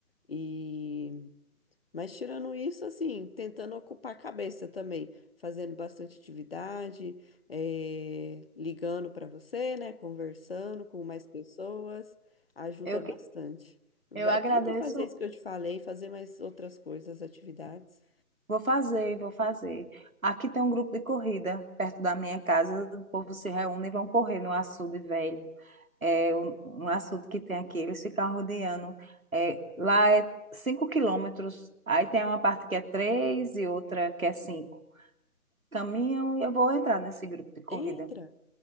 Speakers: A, on the left; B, on the right.
A: e, mas tirando isso, assim, tentando ocupar a cabeça também, fazendo bastante atividade, é, ligando para você, né? Conversando com mais pessoas, ajuda
B: Eu,
A: bastante.
B: que-
A: Vai,
B: eu agradeço.
A: tenta fazer isso que eu te falei, fazer mais outras coisas, atividades.
B: Vou fazer, vou fazer. Aqui tem um grupo de corrida perto da minha casa. O povo se reúne e vão correr no açude velho. É um, um açude que tem aqui. Eles ficam rodeando. É, lá é 5 quilômetros. Aí tem uma parte que é 3 e outra que é cinco Caminham e eu vou entrar nesse grupo de corrida.
A: Entra,